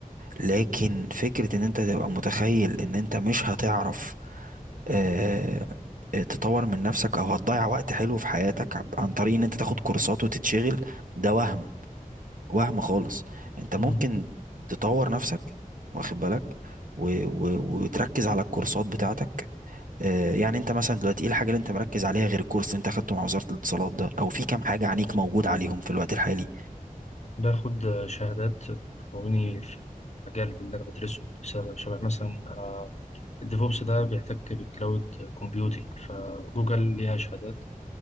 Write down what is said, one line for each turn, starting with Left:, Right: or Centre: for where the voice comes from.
Right: لكن فكرة ان انت تبقى متخيل ان انت مش هتعرف آه، تطور من نفسك او هتضيع وقت حلو في حياتك عن طريق ان انت تاخد كورسات وتتشغل ده وهم وهم خالص انت
Left: مم.
Right: ممكن تطور نفسك واخد بالك و... و... وتركز على الكورسات بتاعتك آه يعني انت مثلا دلوقتي ايه الحاجه اللي انت مركز عليها غير الكورس اللي انت اخدته مع وزاره الاتصالات ده او في كام حاجه عنيك موجود عليهم في الوقت الحالي
Left: باخد شهادات بتقويني في المجال اللي انا بدرسه بسبب شبه مثلا آه، الديفوبس ده بيحتك بالكلاود كومبيوتينج فجوجل ليها شهادات